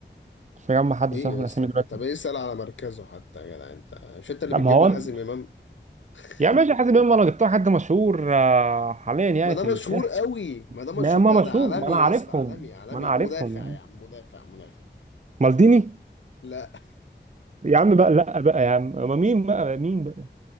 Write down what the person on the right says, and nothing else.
مش مجمع حد
صراحه
من
الاسامي دلوقتي
لا
ما هو
يا ماشي حاسس بيهم انا جبتها حد مشهور آه، حاليا يعني
في الساحه
ما ما
مشهور
ما انا
عارفهم
ما انا عارفهم
يا عم
مالديني
يا عم بقى لا بقى يا عم ما مين بقى مين بقى